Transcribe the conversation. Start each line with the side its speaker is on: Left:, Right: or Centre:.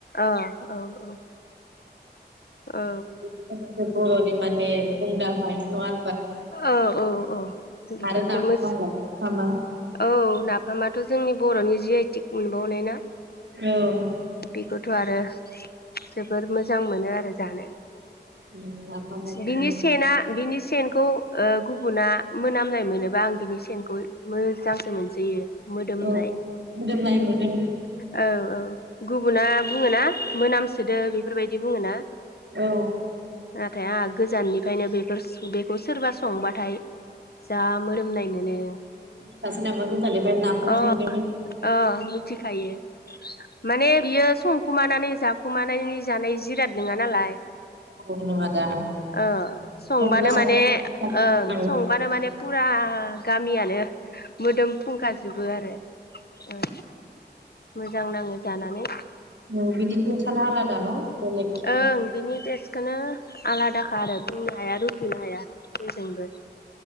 Left: औ औ औ
Right: बि बर'नि माने मुंदांखा बायदि नङा
Left: औ औ औ बेफोरखौ
Right: आरो नाफामालाय
Left: मोज
Right: नाफामा
Left: औ ना ओमाथ' जोंनि बर'नि जि आइटिक मोनबावनाय ना
Right: औ
Left: बेखौथ' आरो जोबोर मोजां मोनो आरो जानो।
Right: उम नाफामाबो
Left: बिनि
Right: माने
Left: सेना बिनि से सेनखौ ओ गुबुना मोनामनाय मोनोबा आं बिनि सेनखौ मोजांसो मोनसोयो मोदोमनाय
Right: औ मोदोमनाय मोनो
Left: औ औ औ गुबुना बुङोना मोनामसोदो बेफोरबायदि बुङोना
Right: औ
Left: नाथाय आंहा गोजाननिफ्रायनो बेफोर बेखौ सोरबा संबाथाय जा मोदोमनाय मोनो
Right: सासे नामा गोजाननिफ्राय नाफाम
Left: अ
Right: संदों होननानै
Left: अ मिथिखायो माने बियो समखौ मानानै जाखुमानाय जानाय जिराद नङा नालाय
Right: मोदोमनाय नङा दा
Left: अ
Right: जानोबो
Left: संबानो
Right: हाया
Left: माने ओं
Right: औ
Left: संबानो माने फुरा गामियानो मोदोम फुंखाजोबो आरो ओ मोजां नाङो जानानै
Right: औ बिनि तेसानो आलादा न' बेलेग रोखोमनि
Left: ओं बिनि तेस खौनो आलादाखा आरो बुंनो हाया रुजुनो हाया जोंबो